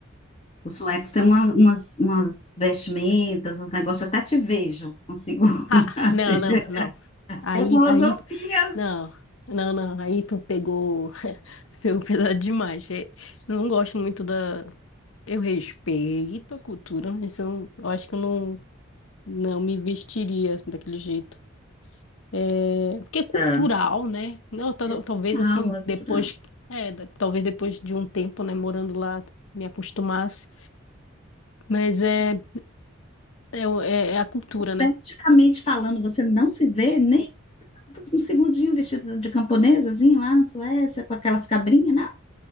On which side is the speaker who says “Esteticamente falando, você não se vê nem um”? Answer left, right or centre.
Left